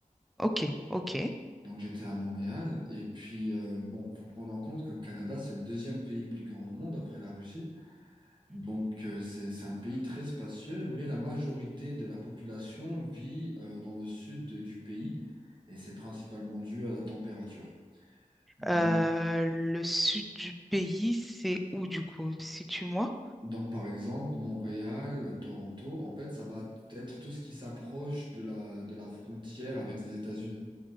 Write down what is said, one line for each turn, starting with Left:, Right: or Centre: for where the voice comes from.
Centre: ok, ok.
Right: Donc j'étais à Montréal. Et puis, euh, bon, faut prendre en compte que le Canada, c'est le deuxième pays le plus grand au monde après la Russie. Donc euh, c'est, c'est un pays très spacieux, mais la majorité de la population vit euh, dans le sud de- du pays. Et c'est principalement dû à la température. Donc,
Centre: Euh, le sud du pays, c'est où du coup? Situe-moi.
Right: donc par exemple, Montréal, Toronto, en fait, ça va être tout ce qui s'approche de la, de la frontière avec les États-Unis.